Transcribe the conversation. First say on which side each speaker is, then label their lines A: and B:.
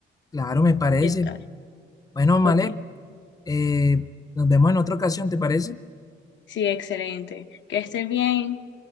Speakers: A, on the left; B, on the left.
A: Claro, me parece.
B: ¿qué tal?
A: Bueno, Malek,
B: Ok,
A: Eh, nos vemos en otra ocasión, ¿te parece?
B: sí, excelente. Que estés bien.